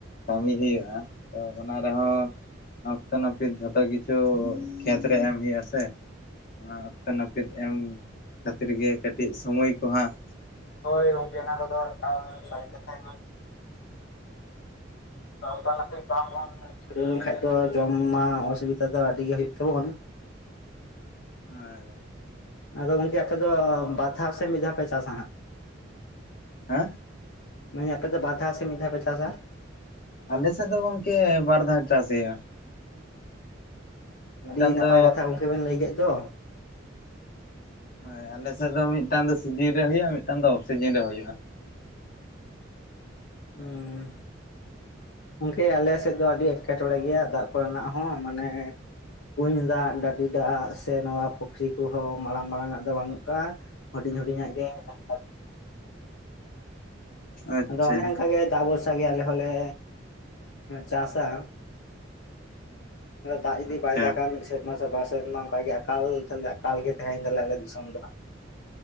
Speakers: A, on the left (about 50°); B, on the left (about 70°).
A: ᱠᱟᱹᱢᱤ ᱦᱩᱭᱩᱜᱼᱟ ᱛᱚ ᱚᱱᱟ ᱨᱮᱦᱚᱸ ᱚᱠᱛᱚ ᱱᱟᱹᱯᱤᱛ ᱡᱷᱚᱛᱚ ᱠᱤᱪᱷᱩ ᱠᱷᱮᱛ ᱨᱮ ᱮᱢ ᱦᱩᱭᱩᱜ-ᱟ ᱥᱮ ᱚᱱᱟ ᱚᱠᱛᱚ ᱱᱟᱹᱯᱤᱛ ᱮᱢ ᱠᱷᱟᱹᱛᱤᱨ ᱜᱮ ᱠᱟᱹᱴᱤᱡ ᱥᱚᱢᱚᱭ ᱠᱚᱦᱟᱸᱜ
B: ᱦᱳᱭ ᱜᱚᱢᱠᱮ ᱚᱱᱟ ᱠᱚᱫᱚ ᱮᱠᱟᱞ ᱥᱟᱨᱤ ᱠᱟᱛᱷᱟ <inaudible> ᱚᱱᱠᱟ ᱞᱮᱠᱷᱟᱡ ᱵᱟᱝ ᱪᱷᱩᱨᱟᱹᱣ ᱞᱮᱱᱠᱷᱟᱡ ᱫᱚ ᱡᱚᱢ ᱢᱟ ᱚᱥᱩᱵᱤᱫᱟ ᱫᱚ ᱟᱹᱰᱤ ᱜᱮ ᱦᱩᱭᱩᱜ ᱛᱟᱵᱚᱱ
A: ᱦᱟᱹᱭ
B: ᱟᱫᱚ ᱜᱚᱢᱠᱮ ᱟᱯᱮ ᱫᱚ ᱵᱟᱨ ᱫᱷᱟᱣ ᱥᱮ ᱢᱤᱫ ᱫᱷᱟᱣ ᱯᱮ ᱪᱟᱥᱟ ᱦᱟᱸᱜ
A: ᱦᱮᱸ
B: ᱢᱮᱱᱫᱟᱹᱧ ᱟᱯᱮ ᱫᱚ ᱵᱟᱫᱷᱟᱣ ᱥᱮ ᱢᱤᱫ ᱫᱷᱟᱣ ᱯᱮ ᱪᱟᱥᱟ
A: ᱟᱞᱮ ᱥᱮᱫ ᱫᱚ ᱜᱚᱢᱠᱮ ᱵᱟᱨ ᱫᱷᱟᱣ ᱪᱟᱥ ᱦᱩᱭᱩᱜ-ᱟ ᱢᱤᱫᱴᱟᱝ
B: ᱟᱹᱰᱤ ᱱᱟᱯᱟᱭ
A: ᱫᱚ
B: ᱠᱟᱛᱷᱟ ᱜᱚᱢᱠᱮ ᱵᱮᱱ ᱞᱟᱹᱭ ᱠᱮᱫ ᱫᱚ
A: ᱦᱳᱭ ᱟᱞᱮᱥᱮᱫ ᱫᱚ ᱢᱤᱫᱴᱟᱝ ᱫᱚ ᱥᱤᱡᱤᱱ ᱨᱮ ᱦᱩᱭᱩᱜ-ᱟ ᱢᱤᱫᱴᱟᱝ ᱫᱚ ᱚᱯᱷ ᱥᱤᱡᱤᱱ ᱨᱮ ᱦᱩᱭᱩᱜ-ᱟ
B: ᱦᱚᱸ ᱜᱚᱝᱠᱮ ᱟᱞᱮᱥᱮᱫ ᱫᱚ ᱟᱹᱰᱤ ᱮᱸᱴᱠᱮᱴᱚᱲᱮ ᱜᱮᱭᱟ ᱫᱟᱜ ᱠᱚᱨᱮᱱᱟᱜ ᱦᱚᱸ ᱢᱟᱱᱮ ᱠᱩᱧ ᱫᱟᱜ ᱰᱟᱹᱰᱤ ᱫᱟᱜ ᱥᱮ ᱱᱚᱣᱟ ᱯᱩᱠᱷᱨᱤ ᱠᱚᱦᱚᱸ ᱢᱟᱲᱟᱝ ᱢᱟᱨᱟᱲᱟᱝ ᱟᱜ ᱫᱚ ᱵᱟᱹᱱᱩᱜ ᱠᱟᱟᱜᱼᱟ ᱦᱩᱰᱤᱧ ᱦᱩᱰᱤᱧᱼᱟᱜ ᱜᱮ ᱢᱮᱱᱟᱜ
A: ᱟᱪᱪᱷᱟ
B: ᱟᱫᱚ ᱚᱱᱮ ᱚᱱᱠᱟ ᱜᱮ ᱫᱟᱜ ᱵᱷᱚᱨᱥᱟ ᱜᱮ ᱟᱞᱮ ᱦᱚᱸᱞᱮ ᱪᱟᱥᱟ ᱫᱟᱜ ᱡᱩᱫᱤ
A: ᱟᱪᱪᱷᱟ
B: ᱵᱟᱭ ᱫᱟᱜ ᱜᱟ ᱢᱤᱫ ᱥ ᱚᱱᱟ ᱜᱮ ᱵᱟᱨ ᱥᱮᱨᱢᱟ ᱚᱱᱠᱟᱜᱮ ᱟᱠᱟᱞ ᱛᱟᱦᱞᱮ ᱮᱠᱟᱞ ᱜᱮ ᱛᱟᱦᱮᱭᱮᱱ ᱛᱟᱞᱮᱭᱟ ᱟᱞᱮ ᱫᱤᱥᱚᱢ ᱫᱚ ᱦᱟᱸᱜ